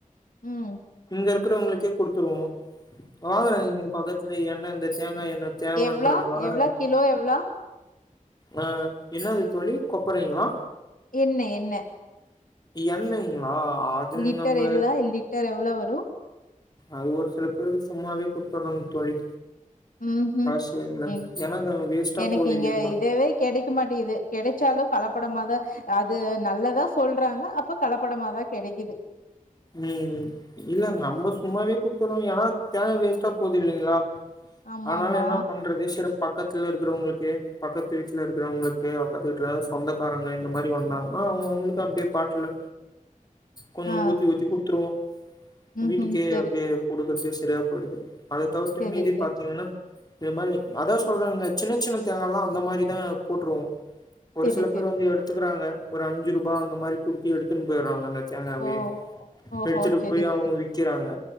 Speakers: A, on the left; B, on the left.
A: ம்
B: இங்க இருக்கிறவங்களுக்கே குடுத்துருவோ வாங்குறாங்க இங்க பக்கத்துல என்னந்த தேங்காய் எண்ணெய் தேவன்றதுனால
A: எவ்ளோ எவ்ளோ கிலோ எவ்ளோ
B: ஆ என்னாது தோழி கொப்பறீங்ளா
A: என்ன என்ன
B: என்னைங் ஆ அது
A: லிட்டர்
B: நம்ப
A: எல்லா லிட்டர் எவ்ளோ வரு
B: அது ஒரு சில பேருக்கு சும்மாவே குடுத் சொல்லுங் தோழி
A: ம் ஹூ
B: அது சரிண்ண
A: ம்
B: ஏன்னா அது வேஸ்ட்டா
A: எனக்கு
B: போது
A: இங்க
B: இல்லைங்களா
A: இதவே கெடைக்க மாட்டேகிது கெடச்சாலு கலப்படமாதா அது நல்ல தா சொல்றாங்க அப்ப கலப்படமாதா கெடைக்கிது
B: ம் இல்ல நம்ப சும்மாவே குடுக்குறோ ஏனா தெனோ வேஸ்ட்டா போது இல்லைங்ளா
A: ஆமா
B: ஆனால
A: ஆமா
B: என்ன பண்றது சிறப் பக்கத்துல இருக்குறவங்களுக்கு பக்கத்து வீட்ல இருக்குறவங்களுக்கு பக்கத்து வீட்ல சொந்தக்காரங்க இந்த மாரி வந்தாங்கனா அவுங்கவுங்களுக்கு அப்டியே பாட்ல கொஞ்ச
A: ஆ
B: ஊத் ஊத்தி குட்த்துருவோ
A: ம்
B: வீட்டுக்கே
A: ம் செரி
B: அப்டியே குடுக்கசேஸ் செரியா போயிடுது அத தவுத்து
A: செரி
B: மீறி
A: செரி
B: பாத்தீங்னா இது மாரி அதா சொல்றே இல்ல சின்ன சின்ன தேங்கா எல்லா அந்த மாரிதா போட்ருவோ ஒரு
A: செரி
B: சில
A: செரி
B: பேர் வந்து
A: செரி
B: எடுத்துக்குறாங்க ஒரு அஞ்சு ரூபா அந்த மாரி குடுத்து எடுத்துன் போய்றாங்க அந்த தேங்காவயே
A: ஓ ஓஹோ
B: எடுத்துட்டு
A: செரி
B: போய் அவுங்க
A: செரி
B: விக்கிறாங்க